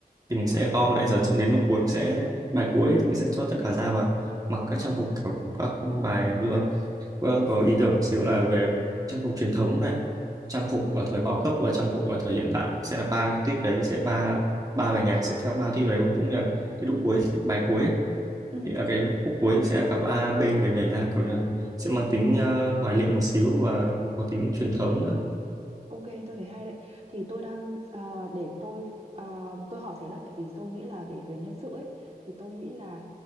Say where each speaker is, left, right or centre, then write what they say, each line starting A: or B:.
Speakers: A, on the right (about 20°); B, on the right (about 40°).
A: thì mình
B: ờ.
A: sẽ gom lại dần xong đến lúc cuối mình sẽ bài cuối thì mình sẽ cho tất cả ra và mặc các
B: Ờ,
A: trang phục kiểu các bài gương Vâng, có ý tưởng một xíu là về trang phục truyền thống này, trang phục ở thời bao cấp và trang phục ở thời hiện đại sẽ là ba cái tuýp đấy sẽ ba ba bài nhạc sẽ theo ba tuýp đấy cũng như là cái lúc cuối bài cuối
B: ừ,
A: thì ở cái khúc cuối sẽ là cặp A, B đều nhảy ra kiểu như là sẽ mang tính ờ, hoài niệm một xíu và có tính truyền thống nữa
B: ok, tôi thấy hay đấy. Thì tôi đang à, để tôi à, tôi hỏi thế là tại vì tôi nghĩ là để về nhân sự ấy thì tôi nghĩ là